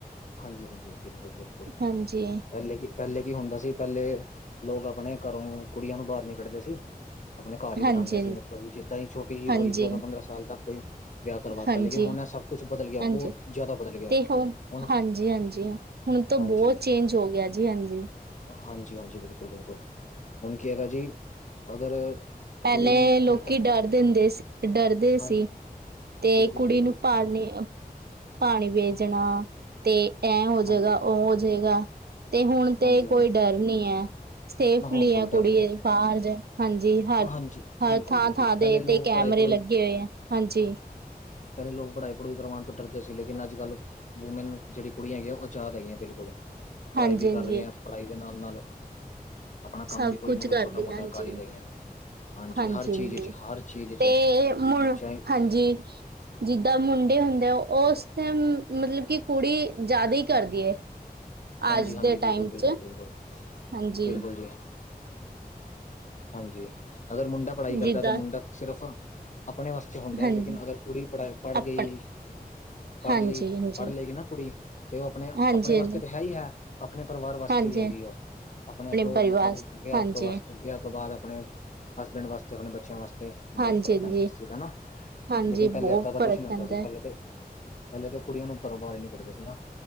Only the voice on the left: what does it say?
ਹਾਂਜੀ ਹਾਂਜੀ ਬਿਲਕੁਲ ਬਿਲਕੁਲ
ਪਹਿਲੇ ਕੀ ਪਹਿਲੇ ਕੀ ਹੁੰਦਾ ਸੀ ਪਹਿਲੇ ਲੋਕ ਆਪਣੇ ਘਰੋਂ ਕੁੜੀਆਂ ਨੂੰ ਬਾਹਰ ਨਹੀ ਕੱਢਦੇ ਸੀ ਆਪਣੇ ਘਰ ਹੀ
ਬਠਾਂਦੇ ਸੀ ਮਤਲਬ ਕਿ ਜਿੱਦਾਂ ਹੀ ਛੋਟੀ ਜਿਹੀ
ਹੋਈ ਚੌਦਾਂ ਪੰਦਰਾਂ ਸਾਲ ਤੱਕ ਦੀ ਵਿਆਹ ਕਰਵਾਤਾ
ਲੇਕਿਨ ਹੋਣ
ਸਭ ਕੁਛ ਬਦਲ ਗਿਆ
ਬਹੁਤ ਜ਼ਿਆਦਾ ਬਦਲ ਗਿਆ
ਹੁਣ
ਹਾਂਜੀ
ਹਾਂਜੀ -ਹਾਂਜੀ ਬਿਲਕੁਲ -ਬਿਲਕੁਲ ਹੁਣ ਕੀ ਹੈਗਾ ਜੀ ਅਗਰ
ਕੁੜੀ ਨੂੰ
ਹੁਣ ਤੱਕ
ਹਾਂਜੀ
ਬਿਲਕੁਲ
ਬਿਲਕੁਲ
ਹਾਂਜੀ
ਹਾਂਜੀ ਹਾਂਜੀ
ਮੈਂ ਹੁਣ ਕੋਈ
ਡਰ
ਨਹੀਂ
ਹੈ।
ਹਾਂਜੀ।
ਬਿਲਕੁਲ
-ਬਿਲਕੁਲ
ਪਹਿਲੇ ਲੋਕ
ਪੜਾਈ ਪੁੜਈ
ਪਹਿਲੇ ਲੋਕ ਪੜ੍ਹਾਈ ਪੜ੍ਹਈ ਕਰਵਾਉਣ ਤੋਂ ਡਰਦੇ ਸੀ। ਲੇਕਿਨ ਅੱਜ ਕੱਲ੍ਹ ਲੋਕ ਵੂਮੈਨ ਜਿਹੜੀ ਕੁੜੀਆਂ ਹੇਗੀਆ, ਉਹ ਆਜ਼ਾਦ ਹੈਗੀਆਂ ਬਿਲਕੁਲ ਪੜ੍ਹਾਈ
ਵੀ ਕਰ
ਰਹੀਆਂ। ਪੜ੍ਹਾਈ ਦੇ ਨਾਲ ਨਾਲ ਅਪਣਾ ਕੰਮ
ਵੀ ਕੋਈ
ਨਾ ਕੋਈ
ਛੋਟਾ ਮੋਟਾ
ਕਰ ਹੀ ਰਹੇ ਨੇ।
ਹਰ ਚੀਜ਼
ਵਿੱਚ ਹਰ ਚੀਜ਼ ਵਿੱਚ
ਚਾਹੇ
ਹਾਂਜੀ-
ਹਾਂਜੀ
ਬਿਲਕੁਲ- ਬਿਲਕੁਲ
ਬਿਲਕੁਲ
-ਬਿਲਕੁਲ ਜੀ। ਹਾਂਜੀ। ਅਗਰ ਮੁੰਡਾ ਪੜ੍ਹਾਈ ਕਰਦਾ
ਤਾਂ ਮੁੰਡਾ ਸਿਰਫ ਅਪਣੇ ਵਸ ਹੁੰਦਾ
ਲੇਕਿਨ ਅਗਰ ਕੁੜੀ ਪੜਾਈ ਪੜ੍ਹ
ਗਈ ਪੜ੍ਹ
ਲਈ,
ਪੜ੍ਹ ਲਏਗੀ ਨਾ ਕੁੜੀ ਤੇ ਉਹ ਅਪਣੇ,
ਅਪਣੇ ਵਾਸਤੇ
ਤਾਂ ਹੈ ਹੀ ਹੈ। ਅਪਣੇ ਪਰਿਵਾਰ ਵਾਸਤੇ
ਵੀ ਹੈਗੀ ਉਹ ਆਪਣੇ ਤੋਂ
ਮਤਲਬ ਵਿਆਹ
ਤੋਂ ਵਸ ਵਿਆਹ। ਤੋਂ ਬਾਅਦ ਆਪਣੇ ਹਸਬੈਂਡ ਵਾਸਤੇ, ਆਪਣੇ ਬੱਚਿਆਂ ਵਾਸਤੇ ਬਹੁਤ
ਫ਼ਰਕ
ਪੈਂਦਾ ਸੀਗਾ ਨਾ।
ਲੇਕਿਨ ਪਹਿਲੇ
ਏਦਾਂ ਦਾ
ਕੁਛ ਨੀ ਹੁੰਦਾ
ਸੀ ਪਹਿਲੇ
ਤੇ, ਪਹਿਲੇ ਤਾਂ ਕੁੜੀਆਂ ਨੂੰ ਘਰੋਂ ਬਾਹਰ ਹੀ ਨਹੀਂ ਕੱਢਦੇ ਸੀ ਨਾ।